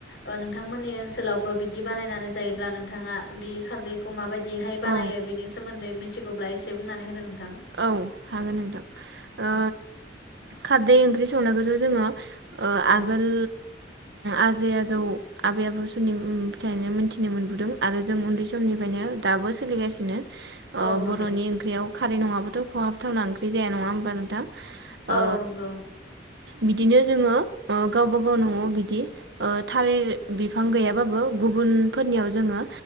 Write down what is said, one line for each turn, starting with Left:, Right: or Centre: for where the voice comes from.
Left: ओ नोंथांमोननि ओनसोलावबो बिदि बानायनानै जायोब्ला नोंथाङा बे खारदैखौ माबायदिहाय बानायो
Right: औ
Left: बिनि सोमोन्दै मिथिगौब्ला एसे बुंनानै होदो नोंथां
Right: औ हागोन नोंथां ओ
Left: औ
Right: खारदै ओंख्रि संनायखौथ' जोङो ओ
Left: औ
Right: आगोल आजै आजौ आबै आबौ समनि फिथाइनो मोनथिनो मोनबोदों आरो जों उन्दै समनिफ्रायनो दाबो सोलिगासिनो। ओ
Left: औ
Right: बर'नि
Left: नंगौ
Right: ओंख्रियाव खारै नङाबो थ' खहाबथावना ओख्रि जाया नङाहोमबा नोंथां?
Left: औ
Right: ओ
Left: नंगौ औ।
Right: बिदिनो जोङो ओ गावबा गाव न'आव बिदि ओ थालिर बिफां गैयाबाबो गुबुनफोरनियाव जोङो